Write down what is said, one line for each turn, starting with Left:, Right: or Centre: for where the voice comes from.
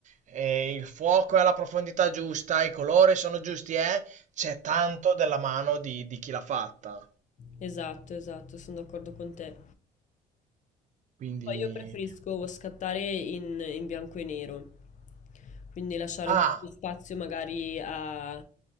Right: eh, il fuoco è alla profondità giusta, i colori sono giusti, eh, c'è tanto della mano di di chi l'ha fatta.
Left: Esatto, esatto, sono d'accordo con te.
Right: Quindi,
Left: Poi io preferisco scattare in, in bianco e nero, quindi lasciare
Right: ah,
Left: un po' di spazio magari a-